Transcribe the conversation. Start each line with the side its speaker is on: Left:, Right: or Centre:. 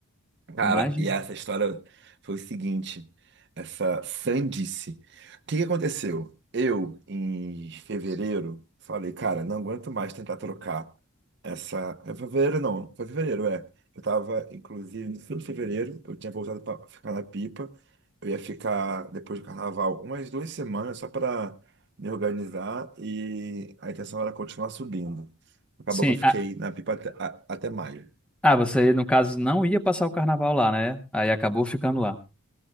Right: Cara,
Centre: Imagina.
Right: e essa história foi o seguinte, essa sandice. O que que aconteceu? Eu, em fevereiro, falei, cara, não aguento mais tentar trocar essa. Em fevereiro não, foi fevereiro, é. Eu tava, inclusive, no fim de fevereiro, eu tinha voltado pra ficar na pipa. Eu ia ficar depois do carnaval umas duas semanas só pra me organizar e a intenção era continuar subindo. Acabou
Centre: Sim,
Right: que eu fiquei
Centre: ah,
Right: na pipa até, a- até maio.
Centre: ah, você no caso não ia passar o carnaval lá, né? Aí acabou ficando lá.